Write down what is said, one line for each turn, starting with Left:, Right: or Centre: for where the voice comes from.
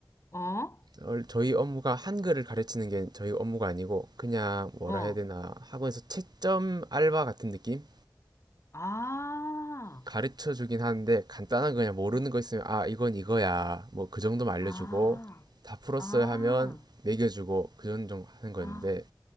Left: 어,
Right: 어, 저희 업무가 한글을 가르치는 게 저희 업무가 아니고 그냥 뭐라
Left: 어.
Right: 해야 되나 학원에서 채점 알바 같은 느낌?
Left: 아,
Right: 가르쳐 주긴 하는데 간단한 거 그냥 모르는
Left: 어,
Right: 거 있으면 아 이건 이거야 뭐 그 정도만 알려주고
Left: 아,
Right: 다 풀었어요
Left: 아,
Right: 하면 매겨주고 그 정도 하는 거였는데
Left: 아,